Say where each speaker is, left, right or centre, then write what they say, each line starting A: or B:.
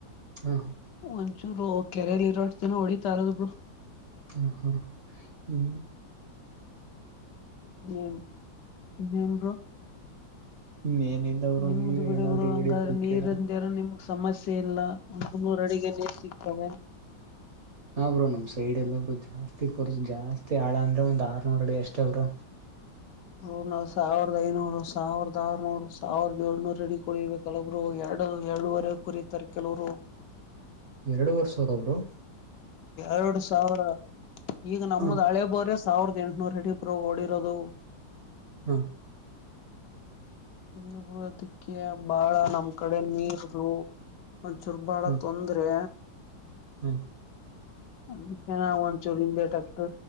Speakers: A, on the right; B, on the left.
A: ಹಾ
B: ಒಂಚೂರು ಕೆರೆಯಲ್ಲಿ ಇರೋರ್ತನ ಹೊಡಿತಾರದರು
A: ಹ ಹಾ ಹ
B: ಎನ್ ಹುಂ ಬ್ರೋ
A: ಇನ್ನೇನಿಲ್ಲ ಬ್ರೋ
B: ನಿಮ್ದ
A: ನೀವೇ
B: ಬಿಡ
A: ಏನಾದ್ರು
B: ಬಿರು ಹಂಗ
A: ಹೇಳಿದ್ರೆ
B: ನೀರ್ಂದ
A: ಕೇಳಣ
B: ಏನ ನಿಮ ಸಮಸ್ಯೆ ಇಲ್ಲ ಒಂದುೂರು ಅಡಗೆಲ್ಲಿ ಸಿಗ್ತವೆ
A: ಹರು ನಮ್ ಸೈಡ್ ಎಲ್ಲಬ್ರು ಜಾಸ್ತಿ ಕೊರ್ಸು ಜಾಸ್ತಿ ಆಳ ಅಂದ್ರೆ ಒಂದ್ ಆರ್ನೂರ್ ಅಡಿ ಅಷ್ಟ ಅವರು
B: <inaudible> ಬ ನಾವ್ ಸಾವಿರದ ಐನೂರು ಸಾವಿರದ ಆರ್ನೂರು ಸಾವಿರದ ಏಳ್ನೂರ್ ರೆಡಿ ಕೊಡಿಿರ್ಬೇಕಲ್ಲ ಬ್ರರುೋಗ ಯ ಎರಡು ಎಏಳೂುವರೆ ಕುರತಾರೆ ಕೆಲವರು
A: ಎರಡು ವರ್ಷವರ ಸಾವ್ರ ಬ್ರೋ
B: ಎರಡು ಸಾವಿರ ಈಗ ನಮ್ದ
A: ಹ
B: ಹಳೆ ಬೋರ ಸಾವಿರದ ಎಂಟನೂರಡಿಪರು ಓಡಿರೋದು
A: ಹ್ಮ
B: ಹಬರ ಅದಕ್ಕೆ ಬಾಳ ನಮ್ ಕಡೆ ನೀರ್ ಒಂದ ಚುರ್ಬಾಳ
A: ಹ
B: ತೊಂದ್ರೆ
A: ಹ
B: ಅದ ಒ ಚೂರಿಂದ ಟ್ ಆಕ್ತ